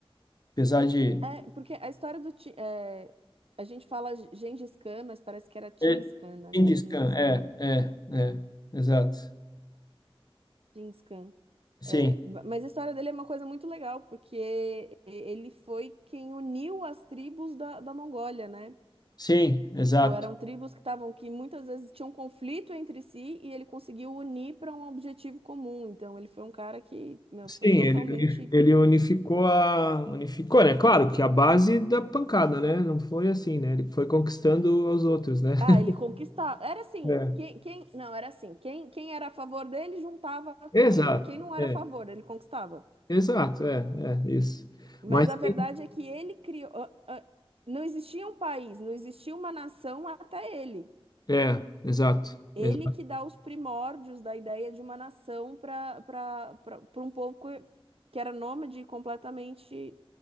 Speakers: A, on the left; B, on the right.
A: Apesar de
B: é, porque a história do. Ti- É, a gente fala Gengis Khan, mas parece que era Chinggis
A: É,
B: Khan, né? Não
A: Genghis
B: era Gengis
A: é,
B: Khan.
A: é, é, exato.
B: Chinggis Khan.
A: Sim,
B: É, ma- mas a história dele é uma coisa muito legal, porque e- ele foi quem uniu as tribos da, da Mongólia, né?
A: sim, exato.
B: Tipo, eram tribos que estavam, que muitas vezes tinham um conflito entre si e ele conseguiu unir para um objetivo comum. Então, ele foi um cara que, meu,
A: Sim,
B: foi totalmente
A: ele, uni- ele unificou a. Unificou, né? Claro que a base da pancada, né? Não foi assim, né? Ele foi conquistando aos outros, né? <laughs>
B: Ah, ele conquistava. Era assim,
A: É.
B: quem, quem, não, era assim, quem, quem era a favor dele juntava
A: Exato,
B: com ele, quem não era
A: é,
B: a favor, ele conquistava.
A: exato, é, é, isso.
B: Mas
A: Mas
B: a verdade
A: sim,
B: é que ele criou, ah, ah, não existia um país, não existia uma nação até ele.
A: é, exato,
B: Ele
A: exato,
B: que dá os primórdios da ideia de uma nação para para um povo que que era nômade e completamente